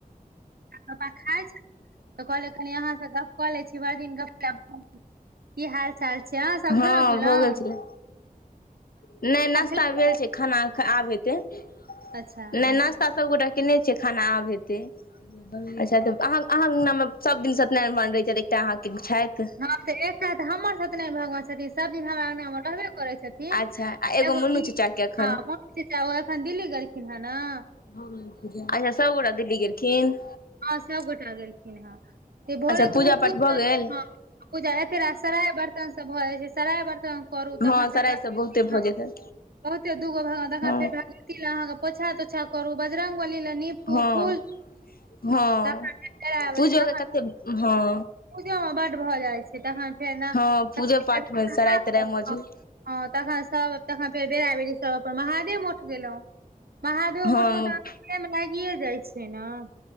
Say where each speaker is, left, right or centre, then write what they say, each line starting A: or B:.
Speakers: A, on the right; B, on the left.
A: पापा खाइ छैथ तऽ कहलियै कनि अहाँ सँ गप कऽ लै छी भैर दिन गप्प नै भेल। की हाल चाल छै अहां सब
B: हँ
A: खेलहुं पिलहुं?
B: भऽ गेल छलै नहि नाश्ता
A: खेल
B: भेल छै खाना ख आब हेतै। नहि
A: अच्छा
B: नाश्ता सभ गोटा केने छियै खाना आब हेतै। अच्छा तऽ आहाँ आहाँ अंगना मे सब दिन सत्यनारायण भगबान रहै छथि एकटा अहाँके छैथ।
A: हॅं एकटा तऽ हमर सत्यनारायण भगबान छथिन सब दिन हमरा अंगना मे रहबे करै- छथिन
B: अच्छा आ
A: एगो
B: मुन्नू
A: इ
B: चाचा के एखन
A: हँ मोनू च्चा ओ एखन दिल्ली गेलखिन हें नऽ।
B: हँ अच्छा सबगोरा दिल्ली गेलखिन।
A: हँ सबगोटा गेलखिन हें। भोरे
B: अच्छा
A: तऽ
B: पूजा
A: उठु
B: पाठ भऽ
A: तऽ
B: गेल
A: हँ पूजा हेतेै रे सराय बर्तन सब भऽ जाय छै सराय बर्तन। करू तखन
B: हँ
A: फेर
B: सराइ
A: <unintelligible>
B: सब बहुते भऽ
A: हँ
B: जेतै
A: बहुते दूगो भगबान तखन
B: हँ
A: फेर केलक। लए आहाँके पोछ तोछा करू बजरंग बली लग नीपू
B: हँ
A: फूल-
B: हँ
A: तखन फेर पेराबरी
B: पूजो
A: तखन
B: के कते हँ।
A: पूजो मे बड भऽ जा छै तखन फेर न
B: हँ पूजो
A: नहा कऽ।
B: पाठ मे सराय तराय मौजूद
A: हॅं तखन सब तखन फेर बेरा बेरी सब अपन महादेव मठ गेलौ। महादेबो
B: हँ
A: मठ में ते आहाँ के तऽ टाइम लागिये जाय छै नऽ।